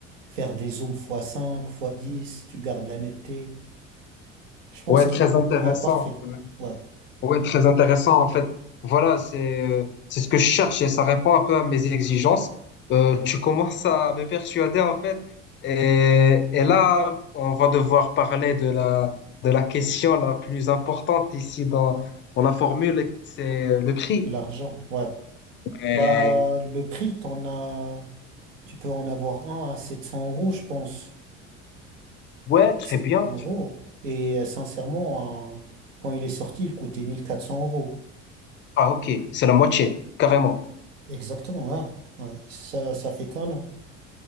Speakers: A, on the right; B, on the left.
A: faire des zooms x cinq x dix tu gardes la netteté. Je pense
B: Ouais,
A: qu'il
B: très intéressant.
A: sera parfait.
B: Ouais.
A: Ouais,
B: Oui, très intéressant en fait. Voilà, c'est euh, c'est ce que je cherche et ça répond un peu à mes exigences. Euh, tu commences à me persuader en fait. Et, et là, on va devoir parler de la de la question la plus importante ici dans dans la formule, c'est le prix.
A: l'argent, ouais.
B: Et-
A: Bah, le prix, t'en as... tu peux en avoir un à 700 euros, je pense.
B: ouais, très
A: 700
B: bien.
A: euros. Et euh, sincèrement, hein, quand il est sorti, il coûtait 1400 euros.
B: Ah ok, c'est la moitié, carrément.
A: Exactement, hein. Ouais, Ça, ça fait qu'un an.